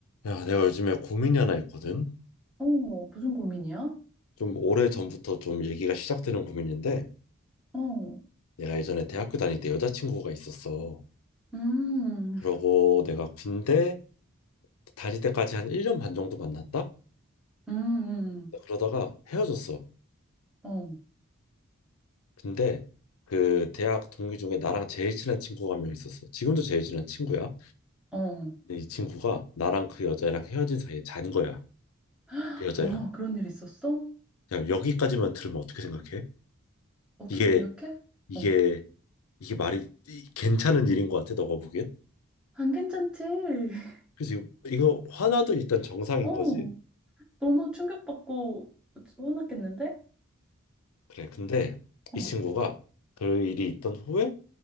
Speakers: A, on the left; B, in the centre.
A: 야, 내가 요즘에 고민이 하나 있거든.
B: 어, 무슨 고민이야?
A: 좀 오래 전부터 좀 얘기가 시작되는 고민인데,
B: 어,
A: 내가 예전에 대학교 다닐 때 여자친구가 있었어.
B: 음,
A: 그러고 내가 군대 다닐 때까지 한 1년 반 정도 만났다?
B: 음, 음.
A: 그러다가 헤어졌어.
B: 어,
A: 근데 그 대학 동기 중에 나랑 제일 친한 친구가 한 명 있었어. 지금도 제일 친한 친구야.
B: 어,
A: 근데 이 친구가 나랑 그 여자랑 헤어진 사이에 잔 거야.
B: <gasps>
A: 그 여자랑.
B: 어, 그런 일 있었어?
A: 그냥 여기까지만 들으면 어떻게 생각해?
B: 어떻게
A: 이게,
B: 생각해?
A: 이게,
B: 어,
A: 이게 말이 이- 괜찮은 일인 것 같아, 너가 보기엔?
B: 안 괜찮지? <laughs>
A: 그지 이거 화나도 일단 정상인
B: 어,
A: 거지
B: 너무 충격받고 화났겠는데?
A: 그래 근데
B: 어,
A: 이 친구가 그 일이 있던 후에